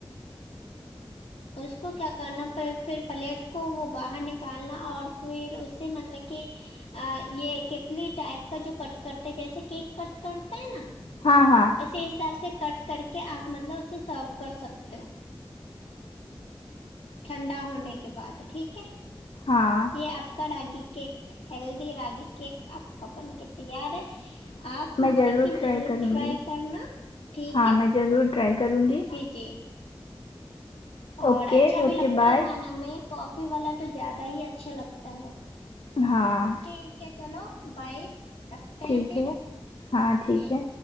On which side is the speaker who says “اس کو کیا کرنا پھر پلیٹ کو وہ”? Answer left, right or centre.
Left